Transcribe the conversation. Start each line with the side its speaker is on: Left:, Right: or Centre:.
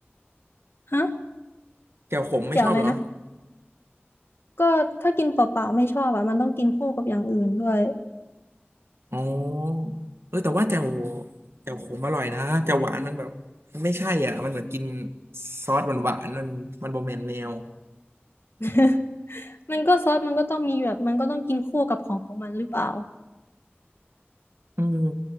Left: ฮะ
Right: แจ่วขมไม่ชอบเหรอ
Left: แจ่วอะไรนะ ก็ถ้ากินเปล่าๆไม่ชอบอ่ะมันต้องกินคู่กับอย่างอื่นด้วย
Right: อ๋อเออแต่ว่าแจ่วแจ่วขมอร่อยนะแจ่วหวานมันแบบมันไม่ใช่อ่ะมันเหมือนกินซอสหวานหวานมันมันโบแมนแนว
Left: <laughs> มันก็ซอสมันก็ต้องมีแบบมันก็ต้องกินคู่กับของของมันหรือเปล่า
Right: อืม